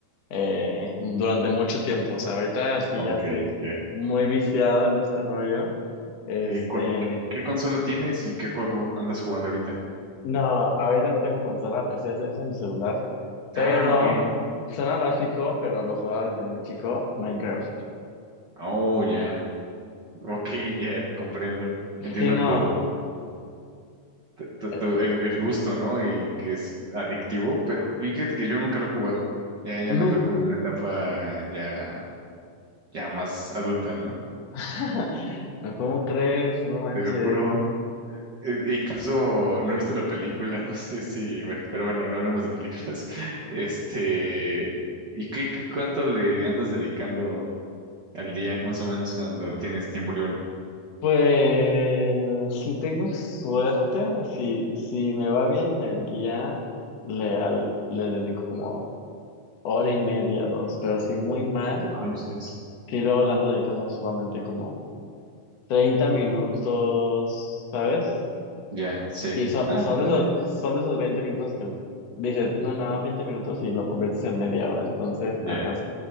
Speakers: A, on the left; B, on the right.
A: eh, durante mucho tiempo. O sea, ahorita sí
B: Ok,
A: ya estoy
B: ya.
A: muy viciado en este rollo. Este,
B: Eh, cu- ¿qué qué consola tienes y qué juego andas jugando ahorita?
A: no, ahorita no tengo consola, es, es, es en mi celular. Pero
B: Ah, ok.
A: suena básico, pero lo jugaba desde muy chico, Minecraft.
B: Oh, ya. <laughs> Ok, ya, comprendo. Entiendo
A: Sí, no,
B: tu, tu- tu-
A: eh,
B: tu- el, el gusto, ¿no? Y que es adictivo, pero fíjate que yo nunca lo he jugado. Ya, ya
A: no,
B: me tocó una etapa ya, ya más adulta, ¿no?
A: <laughs> no, ¿cómo crees? No manches.
B: Te lo juro. Eh, e incluso no he visto la película, <laughs> no sé si, bueno, pero bueno, no hablemos de películas. <laughs> Este, ¿y qué, qué cuánto le andas dedicando al día, más o menos, cuando tienes tiempo libre?
A: Pues si tengo suerte, si, si me va bien en el día, le, al- le dedico como hora y media, dos, pero si muy mal,
B: Ay, ustedes.
A: sí luego le ando dedicando solamente como 30 minutos, ¿sabes?
B: Ya, sí.
A: Y so-
B: Ah,
A: son
B: pues está
A: de esos,
B: bien.
A: son de esos 20 minutos que dices, no, no, 20 minutos y lo conviertes en media hora, entonces,
B: Ya,
A: ajá,